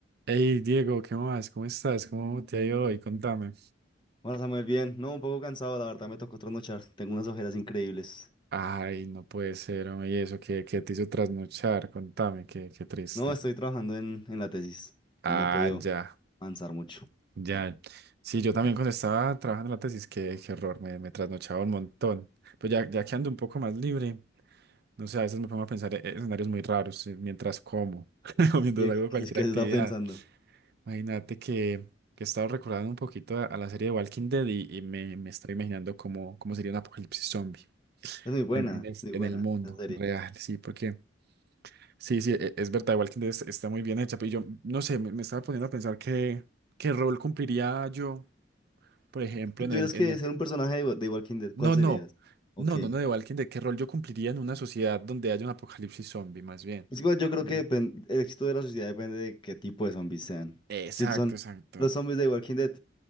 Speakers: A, on the right (about 55°); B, on the left (about 25°).
A: Hey Diego, ¿qué más? ¿Cómo estás? ¿Cómo te ha ido hoy? Contame.
B: Hola Samuel, bien. No, un poco cansado, la verdad me tocó trasnochar. Tengo unas ojeras increíbles.
A: Ay, no puede ser, hombre, ¿y eso que que te hizo trasnochar? Contame, qué, qué triste.
B: No, estoy trabajando en, en la tesis
A: Ah,
B: y no he podido
A: ya,
B: avanzar mucho.
A: ya. Sí, yo también cuando estaba trabajando en la tesis, qué, qué error, me, me trasnochaba un montón. Pero ya, ya que ando un poco más libre, no sé, a veces me pongo a pensar en en escenarios muy raros eh, mientras como <laughs> o mientras
B: ¿Y
A: hago
B: qué, qué,
A: cualquier
B: qué
A: actividad.
B: has estado pensando?
A: Imagínate que, que he estado recordando un poquito a, a la serie de Walking Dead y, y me, me estoy imaginando cómo, cómo sería un apocalipsis zombie.
B: Es muy buena,
A: En, en es-
B: muy
A: en
B: buena
A: el mundo
B: la serie.
A: real, sí, porque sí, sí, e- es verdad, igual que está muy bien hecha, pero yo no sé, me, me estaba poniendo a pensar qué, qué rol cumpliría yo, por ejemplo,
B: Si
A: en
B: tuvieras
A: el,
B: que
A: en el-
B: ser un personaje de, Wa- de Walking Dead,
A: No,
B: ¿cuál serías?
A: no,
B: Ok.
A: no, no, no, de Walking Dead, qué rol yo cumpliría en una sociedad donde haya un apocalipsis zombie, más bien.
B: Es igual, yo creo
A: Ya.
B: que depen- el éxito de la sociedad depende de qué tipo de zombies sean.
A: Exacto,
B: Si son
A: exacto,
B: los zombies de Walking Dead,